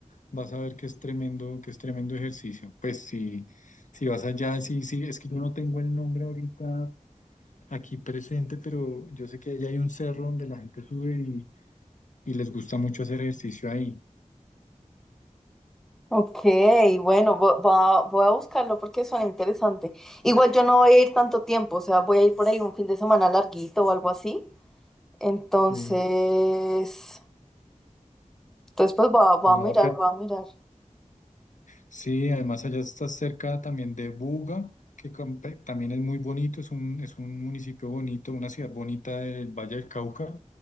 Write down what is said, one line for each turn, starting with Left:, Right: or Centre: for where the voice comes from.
Left: vas a ver que es tremendo, que es tremendo ejercicio. Pues si, si vas allá, sí, sí, es que yo no tengo el nombre ahorita aquí presente, pero yo sé que allá hay un cerro donde la gente sube y, y les gusta mucho hacer ejercicio ahí.
Centre: Ok, bueno, vo- va- voy a buscarlo porque suena interesante. Igual yo no voy a ir tanto tiempo, o sea, voy a ir por ahí un fin de semana larguito o algo así. Entonces,
Left: Sí.
Centre: Entonces, pues voy a, voy
Left: No,
Centre: a mirar, voy a mirar.
Left: Sí, además allá está cerca también de Buga, que com- pe- también es muy bonito, es un, es un municipio bonito, una ciudad bonita del Valle del Cauca